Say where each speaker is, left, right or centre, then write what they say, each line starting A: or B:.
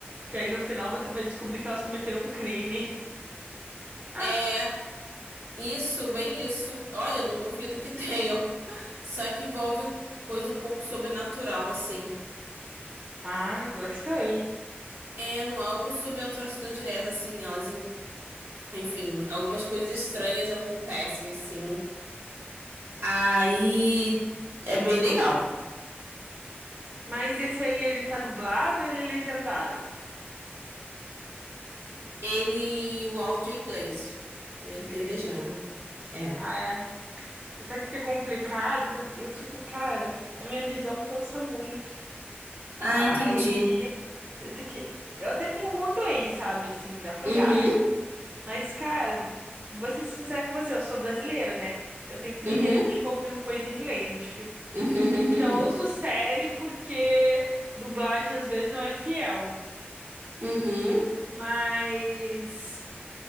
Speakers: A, on the right; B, on the right.
A: que aí no final você vai descobrir que elas cometeram um crime. Ah,
B: é Isso, bem isso. Olha, não duvido que <laughs> tenham. Só que envolve coisa um pouco sobrenatural, assim.
A: ai, gostei.
B: É, não algo sobrenatural a atrocidade direta, assim. Elas, en- enfim, algumas coisas estranhas acontecem, assim. Aí é bem legal.
A: Mas esse aí, ele tá dublado ou ele é legendado?
B: Ele, o áudio é em inglês. Ele é,
A: Inglês.
B: tem legenda. É.
A: Ah, Sabe o que é complicado? Que eu, eu fico, cara, a minha visão cansa muito.
B: Ah,
A: Aí
B: entendi.
A: eu tenho que. Eu até tenho um bom inglês, sabe? Assim, dá pro
B: Uhum,
A: gasto. Mas, cara, vou ser sincera com você, eu sou brasileira, né? Eu tenho preguiça
B: uhum,
A: de ficar ouvindo coisa em inglês. Acho que.
B: uhum,
A: Já ouço
B: <laughs>
A: série porque dublagem às vezes não é fiel.
B: uhum. uhum.
A: Mas